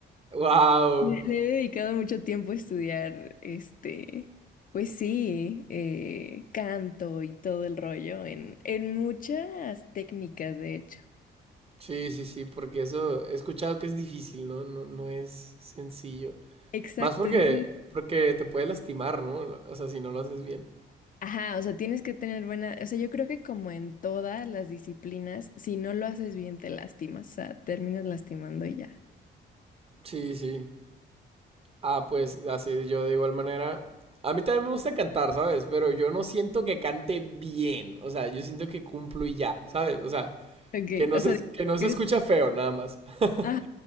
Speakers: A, on the right; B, on the left.
A: Wow.
B: Le, le he dedicado mucho tiempo a estudiar, este, pues sí, eh, canto y todo el rollo en, en muchas técnicas, de hecho.
A: Sí, sí, sí, porque eso he escuchado que es difícil, ¿no? No, no es sencillo.
B: Exacto,
A: Más porque,
B: es muy...
A: porque te puedes lastimar, ¿no? O sea, si no lo haces bien.
B: Ajá, o sea, tienes que tener buena, o sea, yo creo que como en todas las disciplinas, si no lo haces bien, te lastimas, o sea, terminas lastimando y ya.
A: Sí, sí. Ah, pues así yo de igual manera. A mí también me gusta cantar, ¿sabes? Pero yo no siento que cante bien. O sea, yo siento que cumplo y ya, ¿sabes? O sea,
B: Ok,
A: que no
B: o
A: se,
B: sea,
A: que no se
B: eres...
A: escucha feo, nada más. <laughs>
B: Ajá.